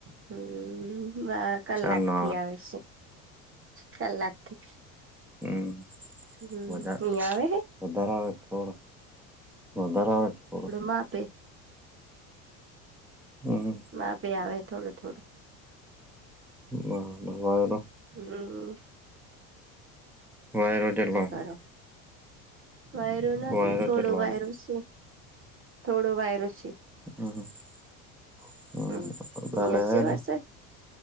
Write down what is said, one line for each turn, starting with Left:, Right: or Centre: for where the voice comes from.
Right: હમ બા કલાક
Centre: ચાર નો
Right: થી આવે છે, કલાક થી.
Centre: હમ.
Right: હમ, અહીયાં
Centre: વધા
Right: આવેે હ.
Centre: વધારે આવે, થોડું વધારે આવે, થોડું.
Right: માટે.
Centre: હમ
Right: માપી આવે, થોડું થોડું.
Centre: નાવારો <unintelligible>
Right: હમ,
Centre: વાયરો ચેટલો
Right: શકારો.
Centre: આયો
Right: વાયરો નહીં,
Centre: વાયરો
Right: થોડો
Centre: ચેટલો આયો
Right: વાયરો છે. થોડો વાયરો છે.
Centre: હમ
Right: હમ
Centre: હમાડ
Right: અહિયાં છે વરસાદ